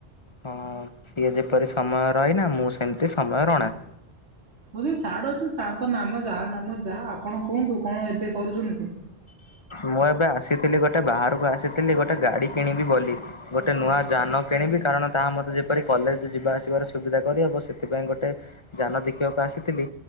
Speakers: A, on the left; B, on the right.
A: ହଁ ସିଏ ଯେପରି ସମୟ ରହିନା ମୁଁ ସେମିତି ସମୟ ରଣା
B: ବୋଲି ଛାଡ଼ ସେ ତାଙ୍କ ନାମ ଯାହା ନାମ ଯାହା ଆପଣ କୁହନ୍ତୁ କଣ ଏବେ କରୁଛନ୍ତି।
A: ମୁଁ ଏବେ ଆସିଥିଲି ଗୋଟେ ବାହାରକୁ ଆସିଥିଲି ଗୋଟେ ଗାଡି କିଣିବି ବୋଲି ଗୋଟେ ନୂଆ ଯାନ କିଣିବି କାରଣ ତାହା ମତେ ଯେପରି କଲେଜ୍ ଯିବା ଆସିବାର ସୁବିଧା କରିହବ ସେଥିପାଇଁ ଗୋଟେ ଯାନ ଦେଖିବାକୁ ଆସିଥିଲି